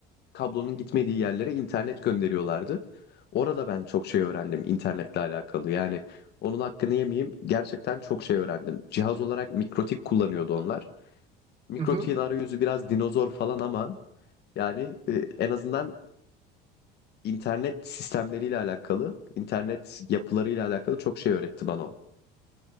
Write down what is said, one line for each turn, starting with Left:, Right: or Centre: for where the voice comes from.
Left: kablonun gitmediği yerlere internet gönderiyorlardı. Orada ben çok şey öğrendim internetle alakalı. Yani onun hakkını yemeyeyim. Gerçekten çok şey öğrendim. Cihaz olarak mikrotik kullanıyordu onlar. Mikrotiğin
Right: <laughs> Hı hı.
Left: arayüzü biraz dinozor falan ama yani e, en azından internet sistemleriyle alakalı, internet yapılarıyla alakalı çok şey öğretti bana o.